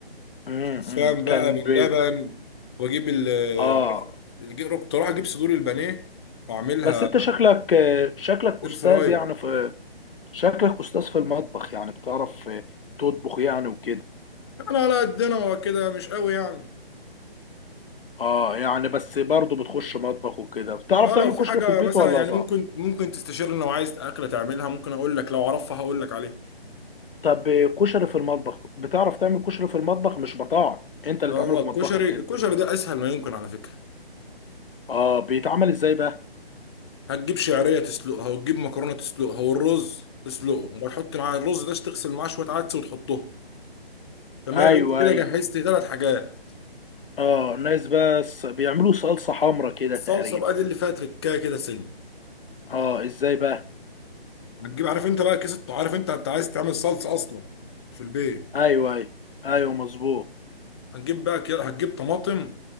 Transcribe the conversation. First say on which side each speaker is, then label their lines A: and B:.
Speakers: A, on the left; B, on the left.
A: أمم،
B: شوفان
A: أمم.
B: بقى
A: كان
B: باللبن
A: بي...
B: واجيب ال آه،
A: آه
B: عارف أجيب- كنت اروح اجيب صدور البانيه واعملها
A: بس أنت شكلك آه، شكلك
B: اير
A: أستاذ
B: فراير
A: يعني في شكلك استاذ في المطبخ يعني بتعرف آه، تطبخ يعني وكده
B: انا على قدنا وكده مش قوي يعني
A: اه يعني بس برضه بتخش مطبخ وكده بتعرف
B: اه
A: تعمل
B: لو في
A: كشري
B: حاجه
A: في البيت
B: مثلا
A: ولا
B: يعني
A: صعب
B: ممكن ممكن تستشيرني لو عايز اكله تعملها ممكن اقول لك لو اعرفها هقول لك عليه
A: طب آه، كشري في المطبخ بتعرف تعمل كشري في المطبخ مش بطاعة انت اللي
B: اه
A: تعمله في
B: الكشري
A: مطبخك
B: الكشري
A: انت
B: ده اسهل ما يمكن على فكره
A: اه بيتعمل ازاي بقى
B: هتجيب شعريه تسلقها وتجيب مكرونه تسلقها والرز تسلقه وتحط معاه الرز ده تغسل معاه شويه عدس وتحطه تمام
A: ايوه
B: انت كده
A: ايوه
B: جهزت ثلاث حاجات
A: اه ناس بس بيعملوا صلصة حمرا كده
B: الصلصه
A: تقريبا
B: بقى دي اللي فيها تركايه كده سن
A: اه ازاي بقى
B: هتجيب عارف انت بقى كيس الط- عارف انت انت عايز تعمل صلصه اصلا في البيت
A: ايوه ايوه ايوه مظبوط
B: هتجيب بقى كي- هتجيب طماطم